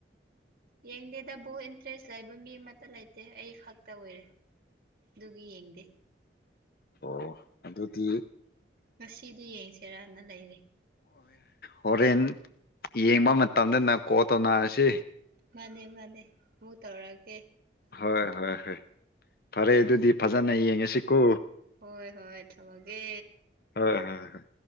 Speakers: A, on the right; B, on the left.
A: ꯌꯦꯡꯗꯦꯗ ꯕꯣꯠ ꯏꯟꯇꯔꯦꯁ ꯂꯩꯕ ꯃꯤ ꯑꯃꯠꯇ ꯂꯩꯇꯦ ꯑꯩ ꯈꯛꯇ ꯑꯣꯏꯔꯦ ꯑꯗꯨꯒꯤ ꯌꯦꯡꯗꯦ
B: ꯑꯣ ꯑꯗꯨꯗꯤ
A: ꯉꯁꯤꯗꯤ ꯌꯦꯡꯁꯤꯔꯅ ꯂꯩꯔꯦ
B: ꯍꯣꯔꯦꯟ ꯌꯦꯡꯕ ꯃꯇꯝꯗ ꯅꯪꯀꯣ ꯇꯧꯅꯔꯁꯤ
A: ꯃꯥꯅꯦ ꯃꯥꯅꯦ ꯑꯃꯨꯛ ꯇꯧꯔꯛꯑꯒꯦ
B: ꯍꯣꯏ ꯍꯣꯏ ꯍꯣꯏ ꯐꯔꯦ ꯑꯗꯨꯗꯤ ꯐꯖꯅ ꯌꯦꯡꯉꯁꯤꯀꯣ
A: ꯍꯣꯏ ꯍꯣꯏ ꯊꯝꯃꯒꯦ
B: ꯍꯣꯏ ꯍꯣꯏ